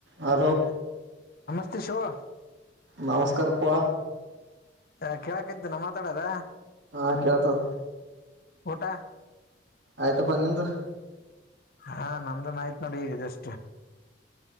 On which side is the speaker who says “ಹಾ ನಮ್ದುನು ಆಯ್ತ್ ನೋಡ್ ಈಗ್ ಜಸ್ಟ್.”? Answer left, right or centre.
Left